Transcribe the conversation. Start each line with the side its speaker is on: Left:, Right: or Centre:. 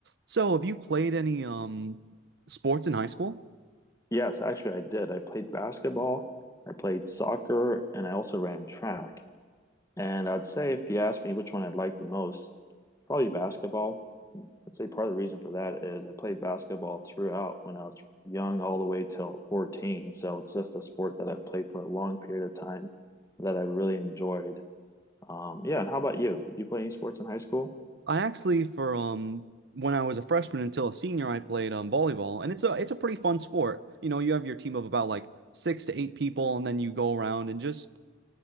Right: So, have you played any um sports in high school?
Left: Yes, actually, I did. I played basketball, I played soccer, and I also ran track. And I'd say if you ask me which one I'd like the most, probably basketball. I'd say part of the reason for that is I played basketball throughout when I was young, all the way till 14. So it's just a sport that I've played for a long period of time that I really enjoyed. Um, yeah, and how about you? Did you play any sports in high school?
Right: I actually for um when I was a freshman until a senior, I played um volleyball, and it's a it's a pretty fun sport. You know, you have your team of about like six to eight people, and then you go around and just